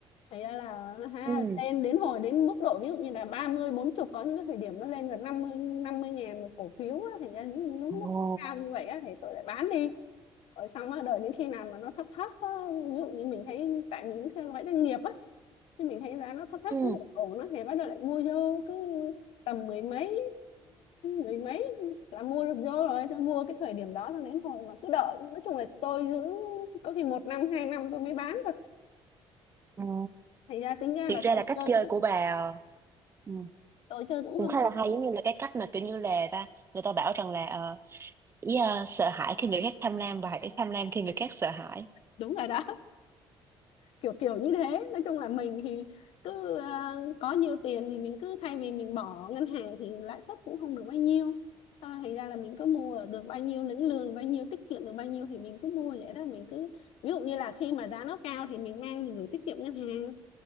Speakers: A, on the left; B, on the right.
A: Thì ra là ha,
B: ừ
A: lên đến hồi đến mức độ ví dụ như là ba mươi bốn 40 có những cái thời điểm nó lên gần năm mươi năm mươi ngàn một cổ phiếu á, thành ra những lúc
B: ồ
A: cao như vậy á, thì tôi lại bán đi rồi xong á đợi đến khi nào mà nó thấp thấp á, ví dụ như mình thấy tại mình cũng theo dõi doanh nghiệp á thì mình thấy giá nó thấp thấp
B: ừ
A: cũng ổn á thì bắt đầu lại mua vô cứ tầm mười mấy mười mấy là mua được vô rồi Thế mua cái thời điểm đó là đến hồi mà cứ đợi nói chung là tôi giữ có khi một năm hai năm tôi mới bán thôi
B: ồ
A: thành ra tính ra
B: thiệt
A: là
B: ra
A: tôi
B: là cách
A: chơi
B: chơi
A: cũng
B: của bà ờ, ừ
A: tôi chơi cũng
B: cũng
A: không
B: khá
A: có
B: là hay giống như là cái cách mà kiểu như là ta người ta bảo rằng là ờ, ý ờ, sợ hãi khi người khác tham lam và hãy tham lam khi người khác sợ hãi
A: đúng rồi đó kiểu kiểu như thế nói chung là mình thì cứ à, có nhiều tiền thì mình cứ thay vì mình bỏ ngân hàng thì lãi suất cũng không được bao nhiêu Thôi thành ra là mình cứ mua được bao nhiêu lĩnh lương bao nhiêu tiết kiệm được bao nhiêu thì mình cứ mua vậy đó mình cứ ví dụ như là khi mà giá nó cao thì mình mang mình gửi tiết kiệm ngân hàng